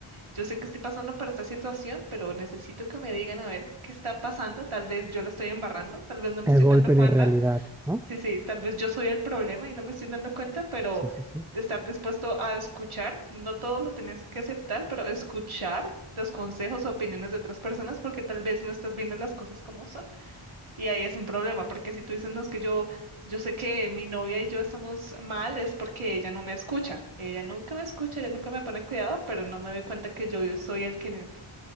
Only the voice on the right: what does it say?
yo sé que estoy pasando por esta situación, pero necesito que me digan a ver qué está pasando, tal vez yo la estoy embarrando, tal vez no me
estoy
dando cuenta
Sí, sí, tal vez yo soy el problema y no me estoy dando cuenta, pero
estar dispuesto a escuchar, no todo lo tenés que aceptar, pero escuchar los consejos o opiniones de otras personas porque tal vez no estás viendo las cosas como son. Y ahí es un problema, porque si tú dices, no, es que yo, yo sé que mi novia y yo estamos mal, es porque ella no me escucha. Ella nunca me escucha, ella nunca me pone cuidado, pero no me doy cuenta que yo soy el que,